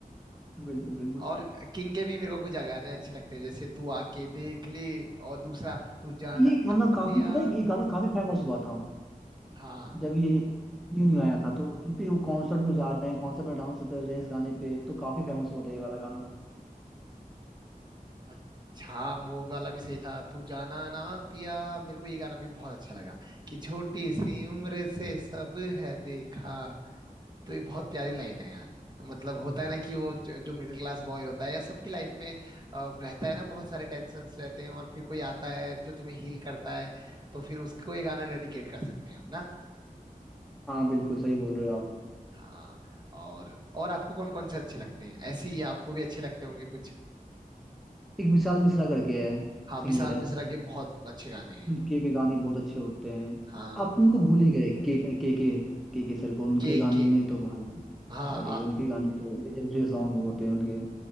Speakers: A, in the centre; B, on the right (about 30°).
A: बिल्कुल बिल्कुल
B: और किंग के भी मेरे को कुछ गाने अच्छे लगते हैं जैसे तू आके देख ले और दूसरा तू जाना
A: ये गाना
B: ना
A: काफी
B: पिया
A: पता है ये गाना काफी फेमस हुआ था
B: हाँ
A: जब ये न्यू न्यू आया था तो इन पे वो कॉन्सर्ट में जा रहे हैं कॉन्सर्ट में डांस कर रहे हैं इस गाने पे तो काफी फेमस हुआ था ये वाला गाना
B: अच्छा वो वाला भी सही था तू जाना ना पिया मेरे को ये गाना भी बहुत अच्छा लगा कि छोटी सी उम्र से सब है देखा तो ये बहुत प्यारी लाइन है यार मतलब होता है ना कि वो ज- जो मिडिल क्लास बॉय होता है या सबकी लाइफ में अ, रहता है ना बहुत सारे टेंशन्स रहते हैं और फिर कोई आता है जो तुम्हें हील करता है तो फिर उसको ये गाना डेडिकेट कर सकते हैं हम ना
A: हाँ बिल्कुल सही बोल रहे हो आप
B: हाँ और और आपको कौन कौन से अच्छे लगते हैं ऐसे ही आपको भी अच्छे लगते होंगे कुछ
A: एक विशाल मिश्रा करके है
B: हाँ
A: सिंगर
B: विशाल
A: है
B: मिश्रा के बहुत अच्छे गाने हैं
A: के के गाने बहुत अच्छे होते हैं
B: हाँ
A: आप उनको भूल ही गए के के के के के सर को उनके
B: के
A: गाने
B: के
A: तो भाई
B: हाँ
A: अरे
B: आ,
A: उनके गाने तो लेजेंडरी सॉन्ग होते हैं उनके